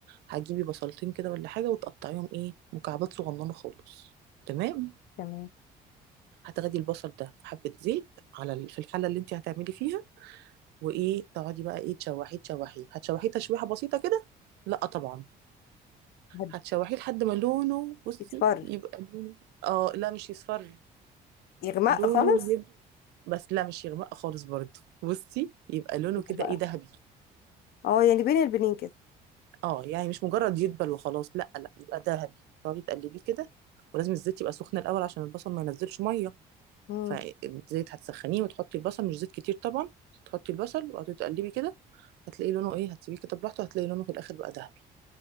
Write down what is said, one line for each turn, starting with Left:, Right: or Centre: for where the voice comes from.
Right: هتجيبي بصلتين كده ولا حاجة وتقطعيهم ايه مكعبات صغننة خالص تمام
Left: تمام
Right: هتاخدي البصل ده في حبة زيت على ال- في الحلة اللي انتي هتعملي فيها وايه تقعدي بقى ايه تشوحيه تشوحيه هتشوحيه تشويحة بسيطة كده لا طبعا
Left: هدي
Right: هتشوحيه لحد ما لونه بصي
Left: يتفر
Right: يبقى لونه اه لا مش يصفر
Left: يغمق
Right: لونه
Left: خالص
Right: يبقى بس لا مش يغمق خالص برضه بصي يبقى لونه
Left: يبقى
Right: كده
Left: بقى
Right: ايه ذهبي
Left: اه يعني بين البنين كده
Right: اه يعني مش مجرد يدبل وخلاص لا لا يبقى ذهبي تقعدي تقلبيه كده ولازم الزيت يبقى سخن الاول عشان البصل ما ينزلش ميه
Left: مم.
Right: فالزيت هتسخنيه وتحطي البصل مش زيت كتير طبعا تحطي البصل وقعدي تقلبي كده هتلاقي لونه ايه هتسيبيه كده براحته هتلاقي لونه في الاخر بقى ذهبي